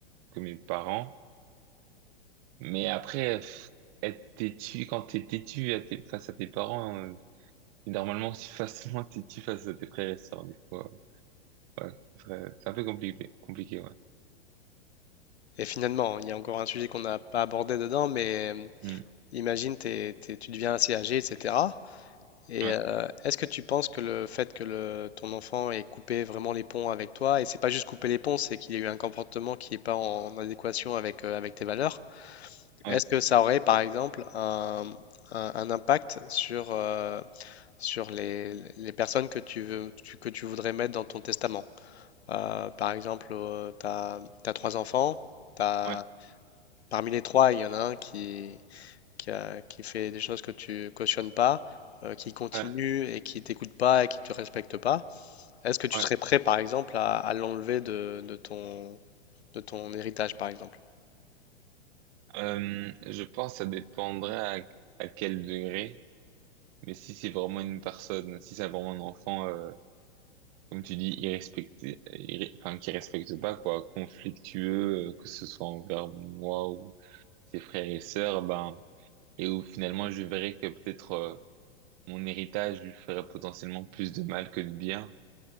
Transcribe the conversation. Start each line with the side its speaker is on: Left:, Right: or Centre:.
Right: que mes parents. Mais après, pff, être têtu, quand t'es têtu à tes- face à tes parents, euh, t'es normalement, si <laughs> facilement têtu face à tes frères et sœurs, des fois, ouais, c'est vrai, c'est un peu compliqué, compliqué, ouais.
Left: Et finalement, il y a encore un sujet qu'on n'a pas abordé dedans, mais euh,
Right: Hmm.
Left: imagine, t'es- t'es- tu deviens assez âgé, etc. Et
Right: Ouais,
Left: euh, est-ce que tu penses que le fait que le, ton enfant ait coupé vraiment les ponts avec toi, et c'est pas juste couper les ponts, c'est qu'il y a eu un comportement qui n'est pas en adéquation avec, euh, avec tes valeurs,
Right: ouais,
Left: est-ce que ça aurait par exemple un, un- un impact sur, euh, sur les, les personnes que tu veux, tu- que tu voudrais mettre dans ton testament? Euh, par exemple, tu as, trois enfants, t'as-
Right: ouais,
Left: parmi les trois, il y en a un qui, qui a- qui fait des choses que tu cautionnes pas, euh, qui continue
Right: ouais,
Left: et qui t'écoute pas et qui te respecte pas, est-ce que tu
Right: ouais.
Left: serais prêt, par exemple, à, à l'enlever de, de ton, de ton héritage, par exemple?
Right: Euh, je pense que ça dépendrait à, à quel degré, mais si c'est vraiment une personne, si c'est vraiment un enfant, euh, comme tu dis, irrespecté, irré- enfin, qui respecte pas, quoi, conflictueux, euh, que ce soit envers moi ou ses frères et sœurs, ben, et où finalement je verrais que peut-être euh, mon héritage lui ferait potentiellement plus de mal que de bien.